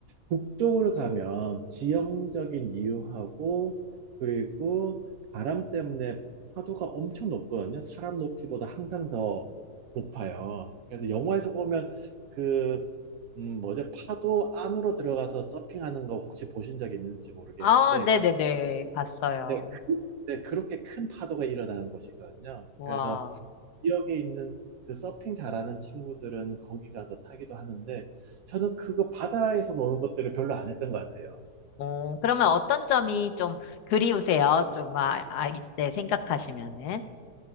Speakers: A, on the right; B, on the left.
A: 북쪽으로 가면 지형적인 이유하고 그리고 바람 때문에 파도가 엄청 높거든요. 사람 높이보다 항상 더 높아요. 그래서 영화에서 보면 그, 음, 뭐죠? 파도 안으로 들어가서 서핑하는 거 혹시 보신 적 있는지 모르겠는데
B: 아, 네네네. 봤어요.
A: 네, 그, 네, 그렇게 큰 파도가 일어나는 곳이거든요.
B: 와.
A: 그래서 지역에 있는 그 서핑 잘하는 친구들은 거기 가서 타기도 하는데, 저는 그거 바다에서 노는 것들을 별로 안 했던 것 같아요.
B: 어, 그러면 어떤 점이 좀 그리우세요? 좀 아, 아, 이때 생각하시면은.